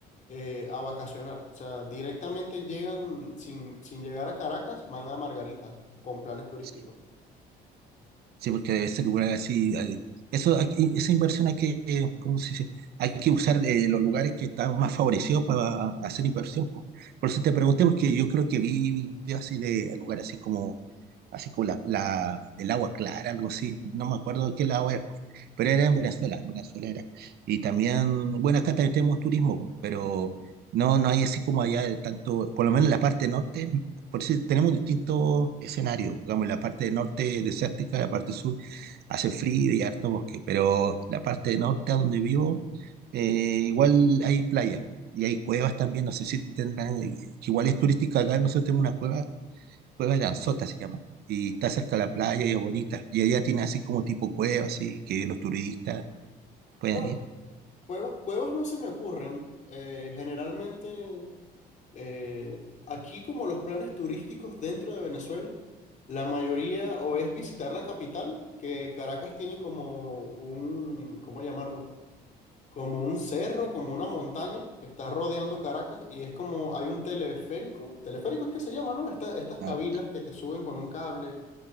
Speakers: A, on the left (about 45°); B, on the right (about 70°).
A: eh, a vacacionar. O sea, directamente llegan, sin, sin llegar a Caracas, van a Margarita con planes turísticos.
B: sí. Sí, porque debe ser lugar así. hay- Eso, hay- que- esa inversión hay que, eh, ¿cómo se dice? Hay que usar eh, los lugares que están más favorecidos para hacer inversión. po. Por eso te pregunté, porque yo creo que vi videos así de lugares así como, así como la, la- el agua clara, algo así. No me acuerdo de qué lado es, pero era en Venezuela, en Venezuela era. Y también, bueno, acá también tenemos turismo, pero no, no hay así como allá de tanto, por lo menos en la parte norte, por eso tenemos distintos escenarios. Digamos, en la parte del norte desértica, la parte sur hace frío y harto bosque, pero la parte del norte, a donde vivo, eh, igual hay playas po, y hay cuevas también. No sé si tendrán, eh, que igual es turística acá. Nosotros tenemos una cueva, Cueva de Anzota se llama, y está cerca de la playa y es bonita. Y allá tiene así como tipo cueva, así que los turistas puedan
A: Bueno,
B: ir.
A: cuevas, cuevas no se me ocurren. eh, generalmente Eh, aquí, como los planes turísticos dentro de Venezuela, la mayoría o es visitar la capital, que Caracas tiene como un, ¿cómo llamarlo? Como un cerro, como una montaña que está rodeando Caracas y es como hay un teleférico, teleférico es que se llama, ¿no? Esta- estas cabinas
B: Ah,
A: que te suben con un cable